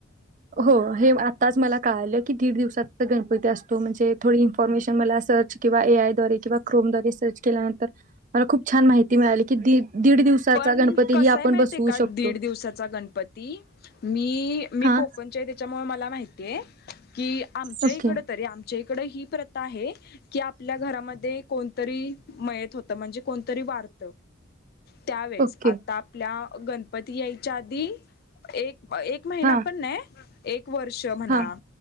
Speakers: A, on the right; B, on the left.
A: हो. हे आताच मला कळालं की दीड दिवसात- गणपती असतो म्हणजे थोडि इन्फॉर्मेशन मला सर्च किंवा ए आय द्वारे किंवा क्रोम द्वारे सर्च केल्यानंतर मला खूप छान माहिती मिळाली की दीड- दिवसाचा
B: पण,
A: गणपती
B: कसय
A: ही आपण
B: माहितीय
A: बसवू
B: का?
A: शकतो
B: दीड दिवसाचा गणपती- मी- मी
A: हा
B: कोकणचीय त्येच्यामुळे मला माहितीय. की आमच्या
A: ओके
B: इकड तरी आमच्या- इकड ही प्रथा आहे- की आपल्या घरामध्ये कोण- तरी मयत होत. म्हणजे कोणतरी वारत- त्यावेेळेस,
A: ओके
B: आत्ता आपल्या गणपती यायच्या आधी- एक -एक महिना
A: हा
B: पण नाय एक वर्ष म्हणा-
A: हा